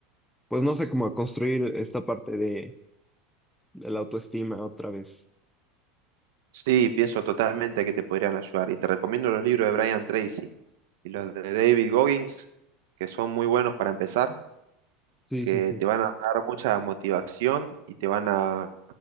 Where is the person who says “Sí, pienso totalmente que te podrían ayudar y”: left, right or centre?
Right